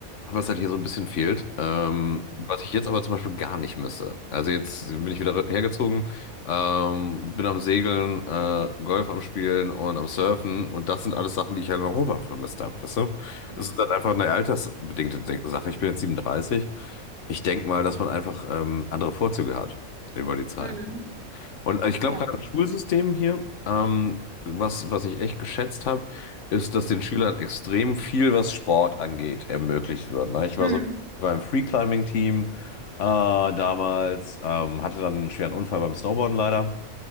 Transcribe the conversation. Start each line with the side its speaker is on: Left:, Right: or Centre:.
Left: Was halt hier so ein bisschen fehlt, ähm, was ich jetzt aber zum Beispiel gar nicht misse. Also jetzt bin ich wieder hergezogen, ähm, bin am Segeln, äh, Golf am Spielen und am Surfen und das sind alles Sachen, die ich halt in Europa vermisst habe, weißt du?
Right: Ja.
Left: Es ist halt einfach eine altersbedingte De- Sache. Ich bin jetzt 37. Ich denke mal, dass man einfach ähm, andere Vorzüge hat über die Zeit.
Right: Mhm.
Left: Und ich glaube,
Right: Ja.
Left: gerade im Schulsystem hier, ähm, was, was ich echt geschätzt habe, ist, dass den Schülern extrem viel, was Sport angeht, ermöglicht wird. Ne? Ich war
Right: Mhm.
Left: so, ich war im Free-Climbing-Team äh, damals, ähm, hatte dann einen schweren Unfall beim Snowboarden leider,